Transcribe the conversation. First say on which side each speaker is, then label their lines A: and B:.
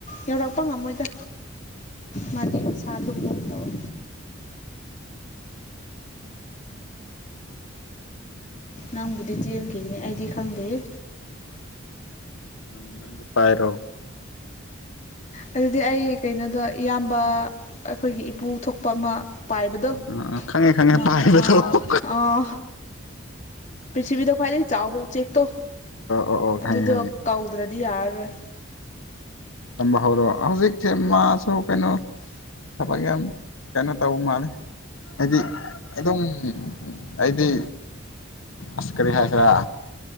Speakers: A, on the left; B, on the left.
A: ꯌꯧꯔꯛꯄ ꯉꯝꯃꯣꯏꯗ ꯃꯥꯗꯤ ꯃꯁꯥ ꯂꯨꯝꯒꯨꯝ ꯇꯧꯋꯦ ꯅꯪꯕꯨꯗꯤ ꯆꯦꯟꯈꯤꯒꯅꯤ ꯑꯩꯗꯤ ꯈꯡꯗꯦꯍꯦ
B: ꯅꯪ ꯅꯪꯗꯤ ꯄꯥꯏꯔꯣ
A: ꯑꯗꯨꯗꯤ ꯑꯩ ꯀꯩꯅꯣꯗꯣ ꯏꯌꯥꯝꯕ ꯑꯩꯈꯣꯏꯒꯤ ꯏꯄꯨ ꯊꯣꯛꯄ ꯑꯃ ꯇꯥꯏꯕꯗꯣ
B: ꯑꯥ ꯈꯪꯉꯦ ꯈꯪꯉꯦ
A: ꯃꯥ
B: ꯄꯥꯏꯕꯗꯣ
A: ꯑꯥ
B: ꯑꯣ
A: ꯑꯣ ꯄ꯭ꯔꯤꯊꯤꯕꯤꯗ ꯈ꯭ꯋꯥꯏꯗꯒꯤ ꯆꯥꯎꯕ ꯎꯆꯦꯛꯇꯣ
B: ꯑꯣ ꯑꯣ
A: ꯑꯗꯨꯗꯣ
B: ꯈꯪꯉꯦ ꯈꯪꯉꯦ
A: ꯀꯧꯗ꯭ꯔꯥꯗꯤ ꯌꯥꯔꯂꯣꯏ
B: ꯇꯝꯕ ꯍꯧꯔꯣ ꯍꯧꯖꯤꯛꯁꯦ ꯃꯥꯁꯨ ꯀꯩꯅꯣ ꯊꯕꯛ ꯌꯥꯝ ꯀꯩꯅꯣ ꯇꯧꯕ ꯃꯥꯜꯂꯦ ꯍꯥꯏꯗꯤ ꯑꯗꯨꯝ ꯑꯩꯗꯤ ꯑꯁ ꯀꯔꯤ ꯍꯥꯏꯁꯤꯔꯥ